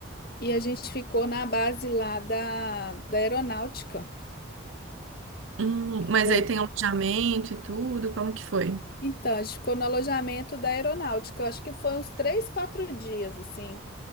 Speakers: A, on the left; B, on the right.
A: E a gente ficou na base lá da, da aeronáutica,
B: Hum,
A: que
B: mas
A: foi...
B: aí tem alojamento e tudo, como que foi?
A: Então, a gente ficou no alojamento da aeronáutica. Eu acho que foi uns três, quatro dias, assim.